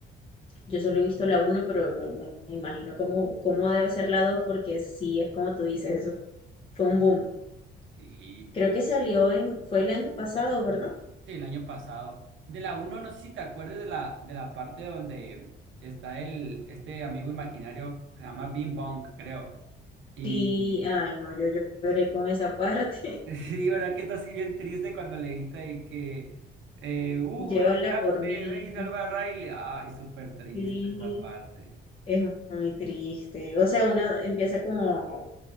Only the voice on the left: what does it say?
yo solo he visto la uno pero no me imagino cómo, cómo debe ser la 2 porque sí, es como tú dices, eso fue un boom.
Creo que salió en, fue el año pasado, ¿verdad?
Sí, ay no, yo lloré con esa parte.
<laughs>
Llévala
por mí.
Sí,
Es muy triste. O sea, uno empieza como,